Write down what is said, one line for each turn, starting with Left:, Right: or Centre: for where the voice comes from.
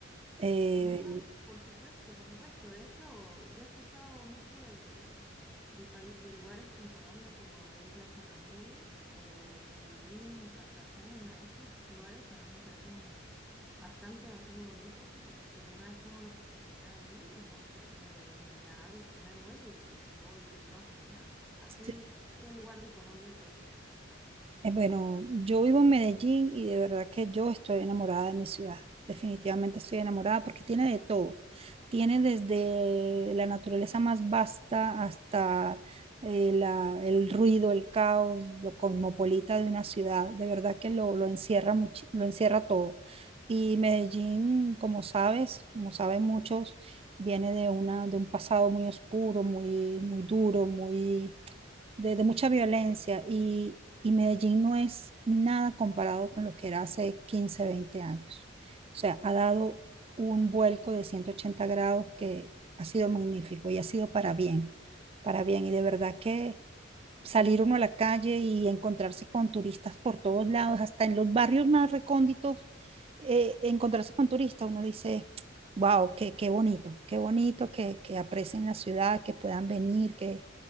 Right: eh,
Centre: No, no, por supuesto, por supuesto. De hecho, yo he escuchado mucho de, de, pai- de lugares que en Colombia como Isla San Andrés o Medellín, Cartagena. Esos lugares a mí me parecen bastante, bastante bonitos y si alguna vez tengo la oportunidad de ir, no sé, me, me agarro el primer vuelo y, y voy de todas maneras. ¿A ti
Right: sí,
Centre: qué lugar de Colombia te gusta, sí?
Right: Eh, Bueno, yo vivo en Medellín y de verdad que yo estoy enamorada de mi ciudad. Definitivamente estoy enamorada porque tiene de todo. Tiene desde la naturaleza más vasta hasta eh, la- el ruido, el caos, lo cosmopolita de una ciudad. De verdad que lo, lo encierra muchi- lo encierra todo. Y Medellín, como sabes, como saben muchos, viene de una, de un pasado muy oscuro, muy, muy duro, muy de, de mucha violencia y, y Medellín no es nada comparado con lo que era hace quince veinte años. O sea, ha dado un vuelco de 180 grados que ha sido magnífico y ha sido para bien, para bien. Y de verdad que salir uno a la calle y encontrarse con turistas por todos lados, hasta en los barrios más recónditos, eh, encontrarse con turistas, uno dice, wow, qué, qué bonito, qué bonito que, que aprecien la ciudad, que puedan venir, que